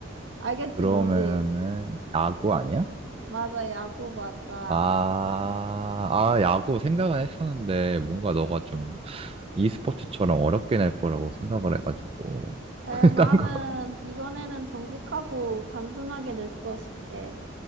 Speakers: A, on the right; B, on the right.
A: 알겠지
B: 그러면은
A: 뭔지.
B: 야구 아니야?
A: 맞아, 야구 맞아.
B: 아, 아, 야구 생각은 했었는데 뭔가 너가 좀 e스포츠처럼 어렵게 낼 거라고 생각을 해가지고. <laughs>
A: 에, 나는
B: 딴 거.
A: 이번에는 정직하고 단순하게 냈어, 쉽게.